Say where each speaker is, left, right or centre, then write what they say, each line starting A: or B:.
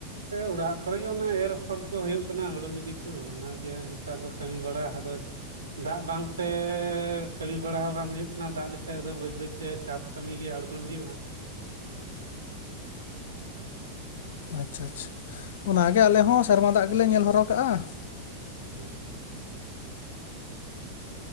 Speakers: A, on the right; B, on the left.
A: ᱚᱲᱟᱜ ᱠᱚᱨᱮ ᱜᱮ ᱚᱱᱟ ᱮᱨ ᱟᱯᱷᱚᱨ ᱠᱚ ᱦᱩᱭᱩᱜ ᱠᱟᱱᱟ ᱾ ᱦᱩᱲᱩ ᱜᱤᱰᱤ <inaudible> <unintelligible> ᱚᱱᱟᱜᱮ ᱱᱮᱛᱟᱨ ᱫᱚ ᱠᱟᱹᱢᱤ ᱵᱟᱲᱟ ᱟᱫᱚ? ᱫᱟᱜ ᱵᱟᱝᱛᱮᱻ ᱠᱟᱹᱢᱤ ᱵᱟᱲᱟ ᱦᱚᱸ ᱵᱟᱝ ᱦᱩᱭᱩᱜ ᱠᱟᱱᱟ ᱾ ᱫᱟᱜ ᱞᱮᱠᱷᱟᱡ ᱫᱚ ᱵᱟᱹᱭ ᱵᱟᱹᱭᱛᱮ ᱪᱟᱥ <inaudible> ᱠᱟᱹᱢᱤ ᱜᱮ ᱟᱬᱜᱚᱱ ᱦᱩᱭᱩᱜᱼᱟ ᱾
B: ᱟᱪᱪᱷᱟ ᱪᱪᱪᱷᱟ, ᱚᱱᱟᱜᱮ ᱟᱞᱮ ᱦᱚᱸ ᱥᱮᱨᱢᱟ ᱫᱟᱜ ᱜᱮᱞᱮ ᱧᱮᱞ ᱦᱚᱨᱚ ᱠᱟᱜᱼᱟ ᱾
A: <unintelligible>